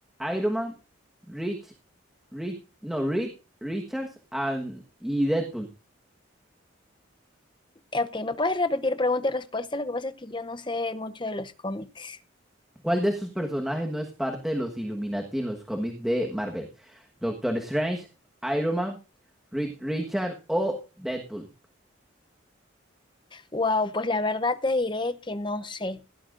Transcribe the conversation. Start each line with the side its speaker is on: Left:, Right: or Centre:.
Centre: Iron Man, Rich, Rich, no, Reed, Richards and, y Deadpool.
Left: Eh, Ok, ¿me puedes repetir pregunta y respuesta? Lo que pasa es que yo no sé mucho de los cómics.
Centre: ¿Cuál de estos personajes no es parte de los Illuminati en los cómics de Marvel? Doctor Strange, Iron Man, Reed Richard o Deadpool.
Left: Wow, pues la verdad te diré que no sé,